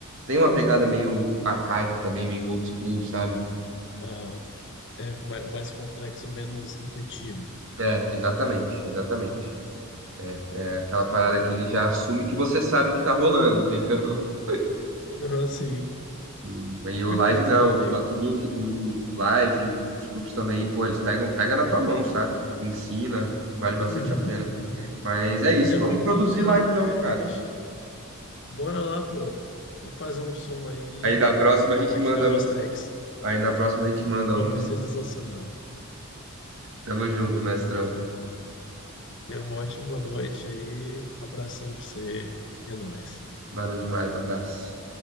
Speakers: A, on the right (about 60°); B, on the left (about 55°).
A: Tem uma pegada meio
B: Complexo.
A: arcaica também, meio old school, sabe?
B: Aham. É ma- mais complexo, menos intuitivo.
A: É, exatamente, exatamente. É aquela parada que ele já assume que você sabe o que tá rolando, entendeu? <laughs>
B: Aham, sim.
A: E, e o
B: Perfeito,
A: live não,
B: meu amigo.
A: o, la- o loop, o, o- o live, o Fruit Loops também, pô, eles pegam, pega na tua mão, sabe? Ensina, vale bastante
B: Uhum,
A: a pena.
B: uhum.
A: Mas é isso,
B: É,
A: vamos
B: Fortloops
A: produzir
B: foi
A: lá
B: o meu
A: então,
B: primeiro
A: cara.
B: que eu mexi. Bora lá, pô. Vamos fazer um som aí
A: Aí da próxima
B: e, e compartilhar
A: a gente manda
B: umas
A: a música.
B: tracks.
A: Aí na próxima a gente manda
B: Pô,
A: a música
B: vai ser
A: um
B: sensacional.
A: Tamo junto, mestrão.
B: Tenha uma ótima noite aí. Abração pra você e é nóis.
A: Valeu demais, abraço.